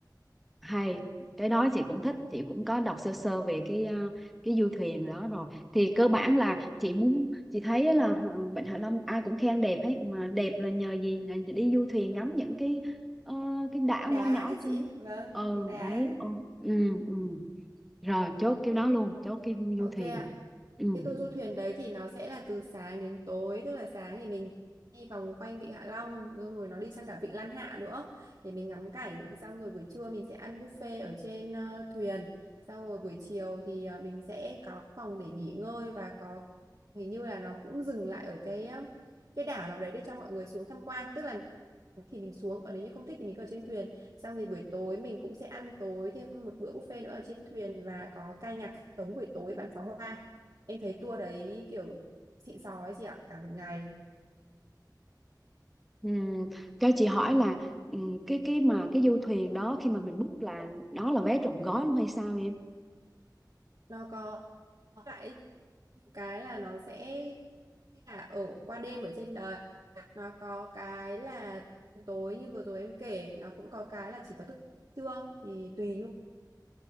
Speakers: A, in the centre; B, on the right (about 60°).
A: hay cái đó chị cũng thích chị cũng có đọc sơ sơ về cái ờ, cái du thuyền đó rồi thì cơ bản là chị muốn chị thấy là ờ, Vịnh Hạ Long ai cũng khen đẹp hết mà đẹp là nhờ gì là đi du thuyền ngắm những cái ờ, cái đảo
B: như đá
A: nhỏ nhỏ
B: đấy
A: trên
B: chị vâng
A: ừ
B: cái đá
A: đấy
B: ấy.
A: ừ, ừ, ừ. rồi chốt cái
B: đấy
A: đó luôn chốt cái
B: ok
A: du thuyền
B: ạ
A: ừ.
B: Cái tour du thuyền đấy thì nó sẽ là từ sáng đến tối, tức là sáng thì mình đi vòng quanh Vịnh Hạ Long, xong rồi nó đi sang cả Vịnh Lan Hạ nữa để mình ngắm cảnh, xong rồi buổi trưa mình sẽ ăn buffet ở trên ờ, thuyền, xong rồi buổi chiều thì ờ, mình sẽ có phòng để nghỉ ngơi và có hình như là nó cũng dừng lại ở cái ờ, cái đảo nào đấy để cho mọi người xuống tham quan, tức là thì mình xuống còn nếu như không thích thì mình cứ ở trên thuyền xong thì buổi tối mình cũng sẽ ăn tối thêm một bữa buffet nữa ở trên thuyền và có ca nhạc sống buổi tối bắn pháo hoa Em thấy tour đấy kiểu xịn sò ấy chị ạ, cả một ngày.
A: Ừ. cho chị hỏi là ừ, cái cái mà cái du thuyền đó khi mà mình book là đó là vé trọn gói không hay sao
B: Nó có lại cái là nó sẽ là ở qua đêm ở trên đời Nó có cái là tối như vừa rồi em kể, nó cũng có cái là chỉ có thức trưa thì tùy nhu